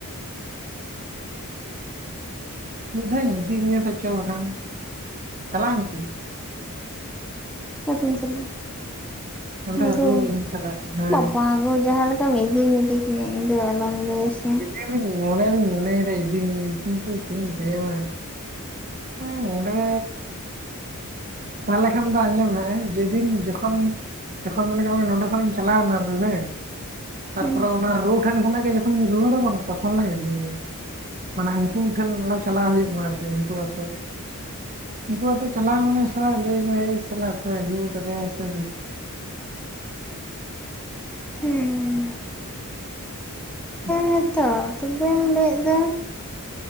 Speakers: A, on the right; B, in the centre.
A: ᱢᱤᱫ ᱫᱷᱟᱣ ᱤᱫᱤ ᱢᱮᱭᱟ ᱛᱚ ᱪᱚ ᱵᱟᱠᱷᱟᱱ ᱪᱟᱞᱟᱜ ᱟᱢ ᱠᱤ?
B: ᱠᱟᱛᱮᱧ ᱪᱟᱞᱟᱜ-ᱟ
A: ᱚᱸᱰᱮ
B: ᱟᱫᱚ
A: ᱨᱩ ᱤᱧ ᱥᱟᱞᱟᱜ ᱦᱮᱸ
B: ᱵᱟᱵᱵᱟ ᱦᱩᱨ ᱡᱟᱦᱟᱸ ᱞᱮᱠᱟᱢ ᱤᱫᱤ ᱢᱤᱫᱤ ᱠᱤᱧᱟᱹ ᱤᱧ ᱫᱚ ᱟᱞᱚᱢ ᱞᱟᱹᱭᱟᱥᱮ
A: ᱮᱢᱮᱧ ᱢᱚᱱᱮ ᱫᱚᱧ ᱢᱚᱱᱮ ᱭᱮᱫᱟ ᱤᱫᱤ ᱢᱤᱭᱤᱧ ᱠᱤᱱᱛᱩ ᱪᱮᱫ ᱤᱧ ᱞᱟᱹᱭᱟᱢᱟ ᱦᱮᱸ ᱚᱰᱮ ᱛᱟᱦᱚᱞᱮ ᱠᱷᱟᱱ ᱫᱚ ᱟᱸᱡᱚᱢ ᱢᱮ ᱦᱟᱜᱟᱭ ᱡᱮᱫᱤᱱ ᱡᱚᱠᱷᱚᱱ ᱡᱚᱠᱷᱚᱱ ᱢᱚᱱᱮ ᱠᱟᱜ ᱢᱮ ᱱᱚᱰᱮ ᱠᱷᱚᱱᱟᱜ ᱪᱟᱞᱟᱣ ᱮᱱᱟ ᱨᱟᱹᱨᱟᱹᱧ ᱛᱟᱨᱯᱚᱨᱮ
B: ᱦᱮᱸ
A: ᱚᱱᱟ ᱨᱩ ᱴᱷᱮᱱ ᱠᱷᱚᱱᱟᱜ ᱜᱮ ᱡᱚᱠᱷᱚᱱᱤᱧ ᱨᱩᱣᱟᱹᱲᱟ ᱵᱟᱝ ᱛᱚᱠᱷᱚᱱ ᱤᱧ ᱤᱫᱤ ᱢᱤᱭᱟᱹᱧ ᱢᱟᱱᱮ ᱩᱱᱠᱩ ᱴᱷᱮᱱ ᱪᱟᱞᱟᱣ ᱦᱩᱭᱩᱜ ᱢᱟ ᱟᱨᱠᱤ ᱩᱱᱠᱩ ᱟᱛᱳ ᱩᱱᱠᱩ ᱟᱛᱩ ᱪᱟᱞᱟᱣ ᱢᱟᱱᱮ ᱥᱟᱞᱟ ᱞᱟᱹᱭ ᱟᱠᱚ ᱚᱠᱚᱭ ᱟᱸᱜᱩ ᱟᱠᱟᱫᱮ ᱥᱮ
B: ᱦᱩᱸ
A: ᱦᱮ
B: ᱢᱮᱛᱚ ᱛᱚᱵᱮᱢ ᱞᱟᱹᱭᱮᱫ ᱫᱚ